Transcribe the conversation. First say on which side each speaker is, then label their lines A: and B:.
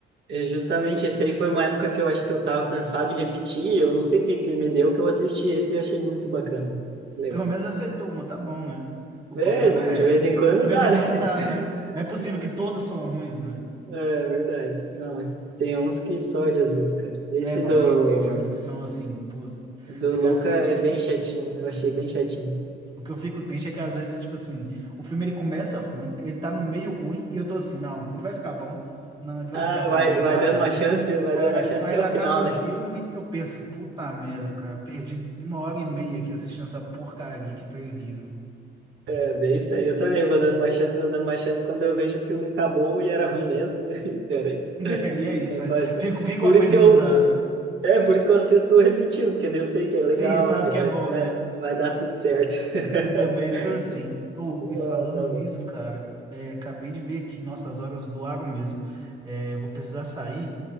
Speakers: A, on the right (about 70°); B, on the right (about 25°).
A: e justamente esse aí foi uma época que eu acho que eu tava cansado de repetir, eu não sei o que que me deu que eu assisti esse e achei muito bacana, muito legal.
B: Pelo menos acertou uma, tá bom, né? O
A: É,
B: problema
A: não-
B: é,
A: de vez em quando
B: de vez
A: dá,
B: em quando
A: né? <laughs>
B: dá, né? Não é possível que todos são ruins, né?
A: É verdade. Não, mas tem uns que só Jesus, cara. Esse
B: É, não,
A: do,
B: tem, tem filmes que são assim, pô,
A: do
B: você
A: Luca
B: assiste.
A: é bem chatinho. Eu achei bem chatinho.
B: O que eu fico triste é que às vezes, tipo assim, o filme ele começa ruim, ele tá no meio ruim, e eu tô assim, não, ele vai ficar bom. Não, ele vai
A: Ah,
B: ficar bom,
A: vai,
B: ele
A: vai
B: vai.
A: dando uma chance, vai
B: É,
A: dando uma chance
B: aí
A: até o
B: acaba
A: final,
B: o
A: né?
B: filme, eu penso, puta merda, cara, perdi uma hora e meia
A: Hum,
B: aqui assistindo essa porcaria, que trem horrível. <laughs>
A: É bem isso aí. Eu também vou dando uma chance, vou dando uma chance. Quando eu vejo o filme acabou e era ruim mesmo, <laughs> e era isso.
B: Né? E é isso,
A: É,
B: é.
A: faz
B: Fica,
A: pa-
B: fica
A: Por
B: o aprendizado.
A: isso que eu, é, por isso que eu assisto repetido, porque daí eu sei que é legal,
B: Sim, sabe
A: que
B: que
A: vai,
B: é bom,
A: né,
B: né?
A: vai dar tudo certo. <laughs>
B: Eu também sou assim. Ô,
A: Ah,
B: e falando
A: tá louco.
B: nisso, cara, é, acabei de ver aqui, nossas horas voaram mesmo. É, vou precisar sair,